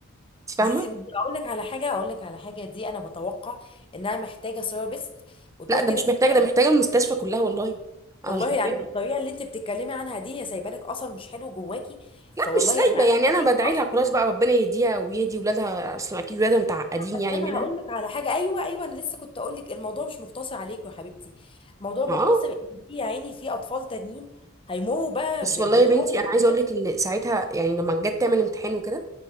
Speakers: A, on the right (about 15°); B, on the left (about 25°).
A: انت فاهمه
B: دي دي بدي اقول لك على حاجه اقول لك على حاجه دي انا بتوقع انها محتاجه ثيرابيست وتروح
A: لا ده
B: كده
A: مش
B: تتعالج
A: محتاجه ده محتاجه المستشفى كلها والله انا
B: والله
A: مش ببين.
B: يعني بالطريقه اللي انت بتتكلمي عنها دي يا سايبه لك اثر مش حلو جواكي
A: لا
B: فوالله
A: مش سايبه
B: انا عارفه
A: يعني انا
B: بيك
A: بدعي
B: اصلا
A: لها خلاص بقى ربنا يهديها ويهدي ولادها اصلا اكيد ولادها متعقدين
B: بس
A: يعني
B: انا
A: منها
B: هقول لك على حاجه ايوه ايوه انا لسه كنت اقول لك الموضوع مش مقتصر عليك يا حبيبتي الموضوع مقتصر
A: اه
B: ان في يا عيني في اطفال تانيين هيمروا بقى
A: بس
B: ب-
A: والله
B: بتروح
A: يا بنتي
B: وحاجات
A: انا عايزه اقول لك ان ساعتها يعني لما جت تعمل امتحان وكده